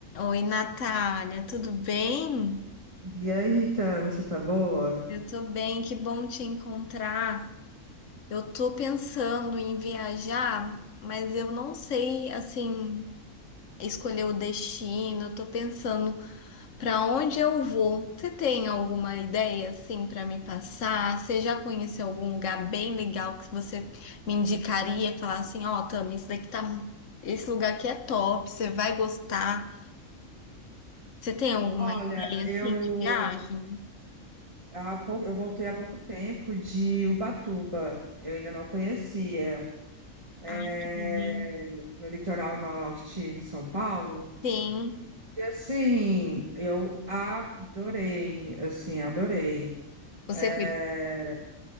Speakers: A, on the left (about 65°); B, on the right (about 25°).
A: Oi, Natália, tudo bem?
B: E aí, Tami, você tá boa?
A: Eu tô bem, que bom te encontrar. Eu tô pensando em viajar, mas eu não sei, assim, escolher o destino. Eu tô pensando para onde eu vou. Você tem alguma ideia, assim, para me passar? Você já conheceu algum lugar bem legal que você me indicaria? Falar assim, ó, Tami, isso daqui tá... Esse lugar aqui é top, você vai gostar. Você tem alguma
B: Olha,
A: ideia, assim,
B: eu,
A: de viagem?
B: há pou- eu voltei há pouco tempo de Ubatuba, eu ainda não conhecia, é,
A: Ai, que delícia.
B: no litoral norte de São Paulo.
A: Sim.
B: E assim, eu adorei, assim, adorei.
A: Você
B: É,
A: foi.